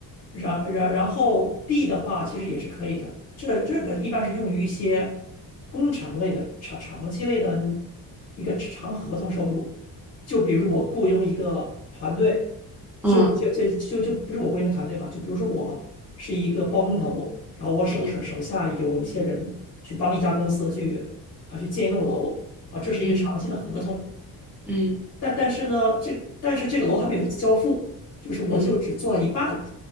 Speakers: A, on the left; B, in the centre.
A: 然然然后 D 的话，其实也是可以的。这这个一般是用于一些工程类的长长期类的一个长合同收入，就比如我雇佣一个团队，就就就就就不是我雇佣一个团队吧，
B: 嗯
A: 就比如说我是一个包工头，然后我手手手下有一些人去帮一家公司去啊去建一栋楼啊，
B: 嗯
A: 这是一个长期的合同，
B: 嗯嗯嗯
A: 但但是呢，这但是这个楼还没有交付，就是我就只做了一半，
B: 嗯嗯，